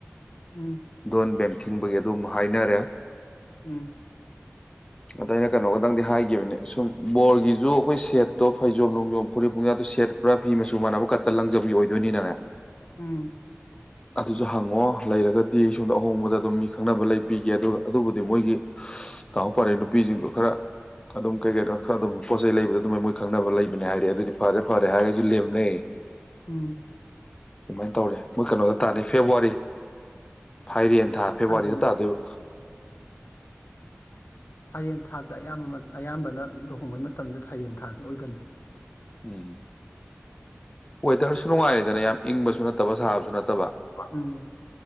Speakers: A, on the left; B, on the left.
A: ꯎꯝ
B: ꯗꯣꯟ ꯕꯦꯟ ꯊꯤꯡꯕꯒꯤ ꯑꯗꯨꯝ ꯍꯥꯏꯅꯔꯦ
A: ꯎꯝ
B: ꯑꯗ ꯑꯩꯅ ꯀꯩꯅꯣꯒꯗꯪꯗꯤ ꯍꯥꯏꯈꯤꯕꯅꯦ ꯁꯨꯝ ꯕꯣꯔꯒꯤꯁꯨ ꯑꯩꯈꯣꯏ ꯁꯦꯠꯇꯣ ꯐꯩꯖꯣꯝ ꯣꯡꯖꯣꯝ ꯐꯨꯔꯤꯠ ꯄꯨꯡꯌꯥꯗꯣ ꯁꯦꯠ ꯄꯨꯔꯥ ꯐꯤ ꯃꯆꯨ ꯃꯥꯟꯅꯕ ꯀꯠꯇ ꯂꯪꯖꯕ ꯑꯣꯏꯗ ꯣꯅꯤ ꯉꯥ
A: ꯎꯝ
B: ꯑ ꯍꯪꯉꯣ ꯂꯩꯔꯒꯗꯤ ꯑꯩ ꯁꯣꯝꯗ ꯑꯍꯣꯡꯕꯗ ꯑꯗꯨꯝ ꯃꯤ ꯈꯪꯅꯕ ꯂꯩ ꯄꯒꯦ ꯑꯗꯨꯒ ꯑꯗꯨꯕꯨ ꯃꯣꯏꯒꯤ ꯐꯔꯦ ꯅꯨꯄꯤꯁꯤꯡꯗꯣ ꯈꯔ ꯑꯗꯨꯝ ꯀꯩ ꯀꯩꯅꯣ ꯈꯔ ꯑꯗꯨꯝ ꯄꯣꯠ ꯆꯩ ꯂꯩꯕꯗꯣ ꯑꯗꯨꯃꯥꯏ ꯃꯣꯏ ꯈꯪꯅꯕ ꯂꯩꯕꯅꯦ ꯍꯥꯏꯔꯦ ꯑꯗꯨꯗꯤ ꯐꯔꯦ ꯐꯔꯦ ꯍꯥꯏꯔꯒꯁꯨ ꯂꯦꯝꯅꯩ
A: ꯎꯝ
B: ꯑꯗꯨꯃꯥꯏꯅ ꯇꯧꯔꯦ ꯃꯣꯏ ꯀꯩꯅꯣꯗ ꯇꯥꯅꯤ ꯐꯦꯕꯋꯥꯔꯤ ꯐꯥꯏꯔꯦꯟ ꯊꯥ ꯐꯦꯕꯋꯥꯔꯤꯗ
A: ꯐꯥꯏꯔꯦꯟꯗ
B: ꯇꯥꯗꯣꯏ
A: ꯐꯔꯦꯟ ꯊꯥꯁꯦ ꯑꯌꯥꯝꯕ ꯑꯌꯥꯝꯕꯅ ꯂꯨꯍꯣꯡꯕꯩ ꯃꯇꯝꯁꯤꯗ ꯐꯥꯏꯔꯦꯟ ꯊꯥꯁꯦ ꯑꯣꯏꯒꯜꯂꯤꯦ
B: ꯎꯝ <unintelligible> ꯌꯥꯝ ꯏꯪꯕꯁꯨ ꯅꯠꯇꯕ ꯁꯥꯕꯁꯨ ꯅꯠꯇꯕ
A: ꯎꯝ